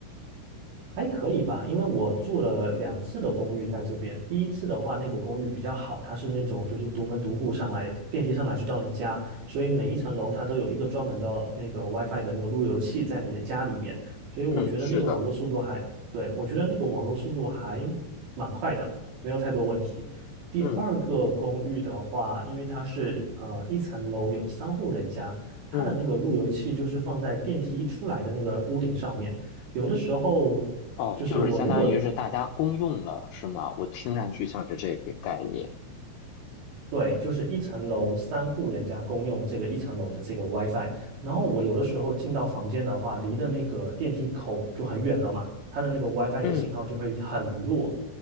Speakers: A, on the right; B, on the left.
A: 还可以吧，因为我住了两次的公寓在这边。第一次的话，那个公寓比较好，它是那种就是独门独户上来，电梯上来就到你家，所以每一层楼它都有一个专门的那个 WiFi 的那个路由器在你的家里面，所以我觉得那个网络速度还，
B: 嗯，是的。
A: 对，我觉得那个网络速度还蛮快的，没有太多问题。第二个公寓的话，
B: 嗯
A: 因为它是呃一层楼有三户人家，
B: 嗯，
A: 它的那个路由器就是放在电梯一出来的那个屋顶上面。有的时候
B: 哦，
A: 就是我如果
B: 就是相当于是大家公用了，是吗？我听上去像是这个概念。
A: 对，就是一层楼三户人家公用这个一层楼的这个 WiFi，然后我有的时候进到房间的话，离的那个电梯口就很远了嘛，它的那个 WiFi
B: 嗯
A: 的信号就会很弱。